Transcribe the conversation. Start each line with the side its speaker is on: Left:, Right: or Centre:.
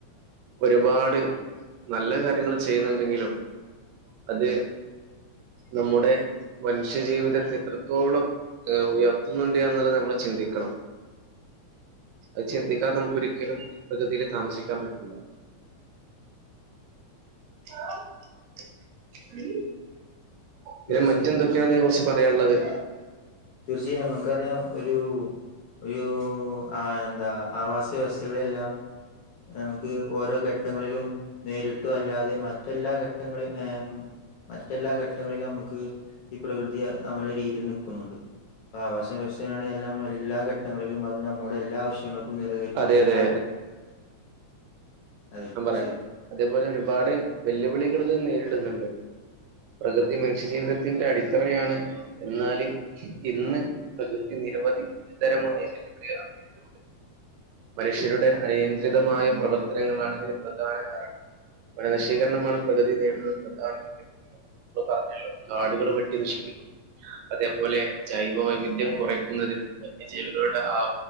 Right: ഒരുപാട് നല്ല കാര്യങ്ങൾ ചെയ്യുന്നുണ്ടെങ്കിലും അത് നമ്മുടെ മനുഷ്യജീവിതത്തെ എത്രത്തോളം ഉയർത്തുന്നുണ്ട് എന്നുള്ളത് നമ്മൾ ചിന്തിക്കണം
Left: <unintelligible>
Right: അത് ചിന്തിക്കാതെ നമുക്ക് ഒരിക്കലും പ്രകൃതിൽ താമസിക്കാൻ പറ്റൂല
Left: <unintelligible>
Right: <unintelligible> ഉം പിന്നെ
Left: തീർച്ചയായും
Right: മറ്റെന്തൊക്കെയാണ് ഇതിനേ കുറിച്ച് പറയാനുള്ളത്?
Left: തീർച്ചയായും നമുക്കറിയാം ഒരു ഒരു ആ എന്താ. ആവാസ വ്യവസ്ഥയുടെല്ലാം നമുക്ക് ഓരോ ഘട്ടങ്ങളിലും. നേരിട്ടും അല്ലാതെ മറ്റെല്ലാ ഘട്ടങ്ങളിൽ ഏ. മറ്റെല്ലാ ഘട്ടങ്ങളിലും നമുക്ക് ഈ പ്രകൃതി നമ്മളെ രീതിയിൽ നിൽക്കുന്നുണ്ട്. അപ്പ ആവാസ വ്യവസ്ഥയില് നമ്മുടെ എല്ലാ ഘട്ടങ്ങളിലും അത് നമ്മുടെ എല്ലാ ആവശ്യ ൾക്കും നിറവേറ്റുന്നതിനാലും.
Right: അതെ അതെ
Left: അതെ
Right: ൻ
Left: തീർച്ചയായും
Right: പറയാം അതേപോലെ ഒരുപാട് വെല്ലുവിളികളെ ഇത് നേരിടുന്നുണ്ട്. പ്രകൃതി മനുഷ്യജീവിതത്തിന്റെ അടിത്തറയാണ് എന്നാല് ഇന്ന് പ്രകൃതി നിരവധി ഇത്തരം. <unintelligible> മനുഷ്യരുടെ അനിയന്ത്രിതമായ പ്രവർത്തനങ്ങളാണ് ഇതിന് പ്രധാന കാരണം. വന നശീകരണമാണ് പ്രകതി നേടുന്ന ഒരു പ്രധാനം. ഇപ്പൊ പറഞ്ഞല്ലോ കാടുകൾ വെട്ടി നശിപ്പിക്കുന്നു. അതേപോലെ ജൈവ വൈവിധ്യം കുറയ്ക്കുന്നതിൽ വിജീവികളുടെ ആ